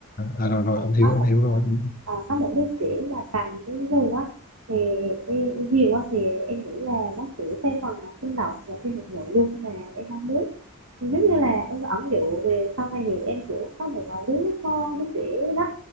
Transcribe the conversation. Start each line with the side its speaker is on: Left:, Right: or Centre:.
Left: à
Right: Nếu
Left: rồi
Right: mà
Left: rồi
Right: có
Left: anh hiểu anh
Right: một
Left: hiểu rồi Ừ,
Right: ờ, có một đứa trẻ mà cầm cái dù á thì cái- cái diều á thì em nghĩ là nó sẽ theo phần là sinh động và thêm một nội dung mà em mong muốn Thì giống như là em ẩn dụ về sau này thì em sẽ muốn có một ờ, đứa con đứa trẻ đó